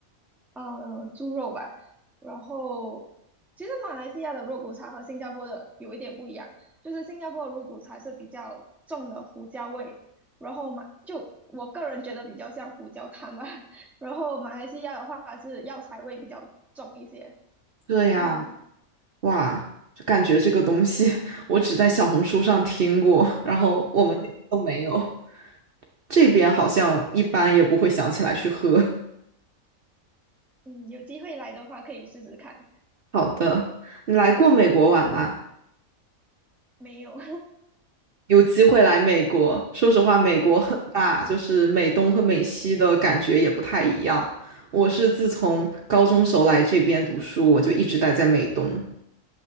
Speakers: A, in the centre; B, on the right.
A: 呃猪肉吧。然后，其实马来西亚的肉骨茶和新加坡的有一点不一样，就是新加坡的肉骨茶是比较重的胡椒味，然后马就我个人觉得比较像胡椒汤吧。<laughs> 然后马来西亚的话是药材味比较重一些。
B: 对呀，
A: 嗯
B: 哇，就感觉这个东西 <laughs> 我只在小红书上听过，然后我们那边都没有。这边好像一般也不会想起来去喝。
A: 嗯，有机会来的话可以试试看。
B: <laughs> 好的，你来过美国玩吗？
A: 没有，
B: 有机会来美国，说实话，美国很大，就是美东和美西的感觉也不太一样。我是自从高中时候来这边读书，我就一直待在美东，